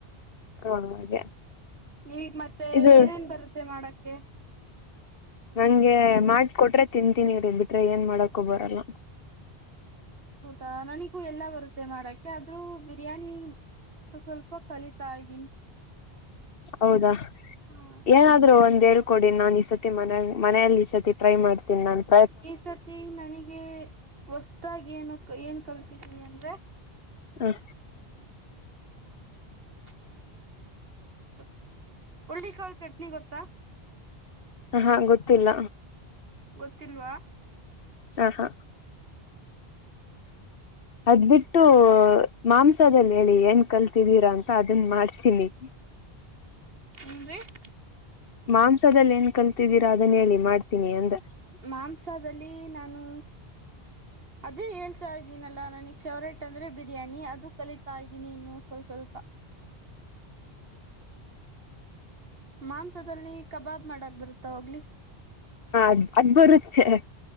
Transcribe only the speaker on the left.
ಹೌ ಹಾಗೆ
ಇದು
ನಂಗೆ ಮಾಡಕೊಟ್ರೆ ತಿಂತೀನಿ ರೀ ಬಿಟ್ರೆ ಏನ್ ಮಾಡಕ್ಕೊ ಬರಲ್ಲ
ಹೌದಾ
ಏನಾದ್ೂ ಒಂದೆರಡು ಕೊಡಿ ನಾನ್ ಈ ಸತಿ ಮನ ಮನೆಯಲ್ಲಿ ಈ ಸತಿ ಟ್ರೈ ಮಾಡ್ೀನಿ ನಾನನ್ೈ
ಹ
ಹಾ ಗೊತ್ತಿಲ್ಲ
ಹ ಹಾ <unintelligible> ಅದ್ ಬಿಟ್ಟು ಮಾಂಸದಲ್ಲಿ ಹೇಳಿ ಏನ್ ಕಲ್ತಿದ್ದೀರಾ ಅಂತ ಅದನ್ ಮಾಡ್ತೀನಿ <unintelligible>
ಮಾಂಸದಲ್ಲಿ ಏನ್ ಕಲ್ತಿದ್ದೀರಾ ಅದನ್ನ ಹೇಳಿ ಮಾಡ್ತೀನಿ ಅಂತ <unintelligible>
ಹ ಅದ್ ಬರು <unintelligible>